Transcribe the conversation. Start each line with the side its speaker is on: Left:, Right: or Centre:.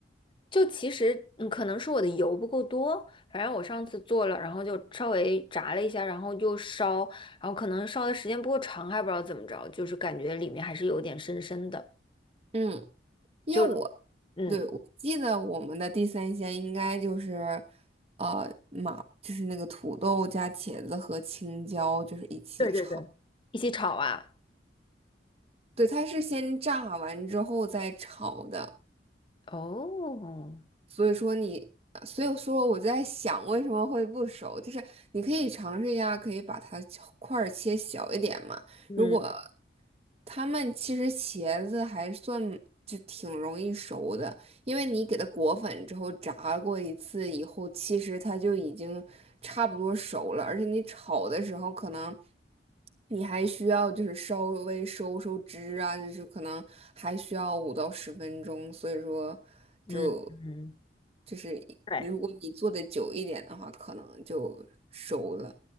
Left: 就其实嗯，可能是我的油不够多，反正我上次做了，然后就稍微炸了一下，然后就烧，然后可能烧的时间不够长，还不知道怎么着，就是感觉里面还是有点深深的，
Right: 嗯，因为我对我记得我们的地三鲜应该就是
Left: 就嗯，
Right: 呃马，就是那个土豆加茄子和青椒，就是一起炒。
Left: 对对对，一起炒啊。
Right: 对，它是先炸完之后再炒的。
Left: 哦，
Right: 所以说你，呃所以说我在想为什么会不熟，就是你可以尝试一下，可以把它切块儿切小一点嘛。
Left: 嗯
Right: 如果他们其实茄子还算就挺容易熟的，因为你给它裹粉之后炸过一次以后，其实它就已经差不多熟了，而且你炒的时候可能。你还需要就是稍微收收汁啊，就是可能还需要五到十分钟，所以说。
Left: 嗯嗯
Right: 就就是如果你做的久一点的话，
Left: 对，
Right: 可能就熟了。